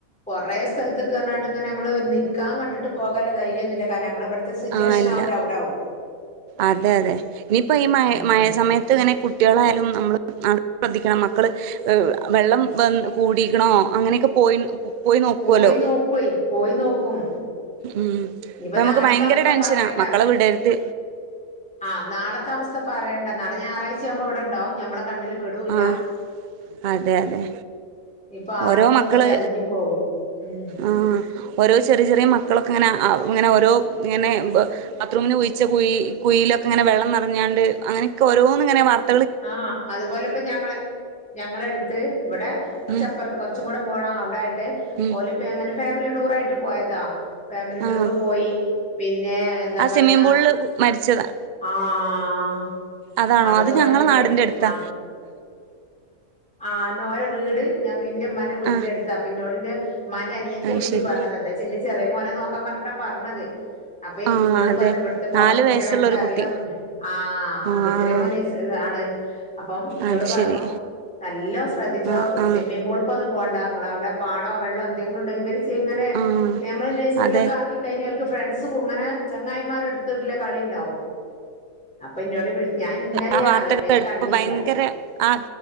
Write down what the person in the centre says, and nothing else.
കൊറെ സ്ഥലത്ത് ക്ക് അറിഞ്ഞാണ്ട് നമ്മള്, നിക് നിൽക്കാൻ കണ്ടിട്ട് പോകാൻള്ള ധൈര്യൊന്നുല്ല. കാരണം നമ്മളെ ഇ വിട്ത്തെ സിറ്റുവേഷൻ
ആവൂല അവിടെ ആകുമ്പോ?
ഉം
ഉം
പോയി നോക്കുവെ, പോയി നോക്കും.
ഇനിപ്പ
നാളത്തെ
അവസ്ഥ
പറയണ്ട
ആഹ്, നാളത്തെ അവസ്ഥ പറയണ്ട. നാളെ ഞായറാഴ്ച ആവുമ്പോ ഇവിടെണ്ടാവും ഞമ്മള കണ്ണിൽ പെടൂല്ല.
ഈ, പാടും
തൊക്കെ
തെരഞ്ഞു പോകും. ഉം
ആഹ്, അതുപോലെ ഇപ്പ ഞങ്ങളെ ഞങ്ങളെ എടുത്ത് ഇവിടെ കുറച്ചപ്പുറത്ത്
കുറച്ചും കൂടെ പോണം. അവിടെ ആയിട്ട്
ഓൽ അങ്ങനെ, ഫാമിലി ടൂർ ആയിട്ട് പോയതാ ഫാമിലി ടൂർ
പോയി. പിന്നെ, എന്താ
പറയാ,
ആഹ്
അതൊക്കെ
കണ്ടില്ലേ
ആഹ് ആഹ് ഇന്നാ ഓരെ വീട് ഇന്റെ ഇമ്മാന്റെ വീടിന്റെ
അടുത്താ. അപ്പൊ ഇന്നോട് ഇന്റെ ഇമ്മാന്റെ അനിയത്തി
വിളിച്ചു
പറഞ്ഞതാ. എന്തോയ്ച്ചാ ഇന്റെ ചെറിയ മോനെ നോക്കാ പറഞ്ഞിട്ട പറഞ്ഞത്. അപ്പൊ
ഇന്നോട്
പറഞ്ഞു ഇവിട്ത്തെ മോളെ
കുട്ടിയാണ്.
അൻക്കറിയോന്നൊക്കെ.
ആഹ്
ഇന്റെ ചെറിയ മോന്റെ ആണ്. അപ്പം ഇന്നോട്
പറഞ്ഞു.
നല്ലോം ശ്രദ്ധിച്ചോ
സ്വിമ്മിംഗ് പൂൾ -- ക്കൊ ഒന്നും പോണ്ട. ഇങ്ങളെ അവിടെ പാടോ വെള്ളോ എന്തെങ്കിലും ഉണ്ടെങ്കിൽ ഇവര് ഇങ്ങനെ
നമ്മൾ നേഴ്സറിലൊക്കെ
ആക്കി കഴിഞ്ഞോൽക്ക് ഫ്രണ്ട്സ് ഇങ്ങനെ ചങ്ങായിമാരട്ത്തുള്ള കളിണ്ടാവും. അപ്പൊ എന്നോട് വിളിച്ചു ഞാൻ ഇന്നലെയാ
അറിണ്
ഞാൻ കണ്ടില്ല.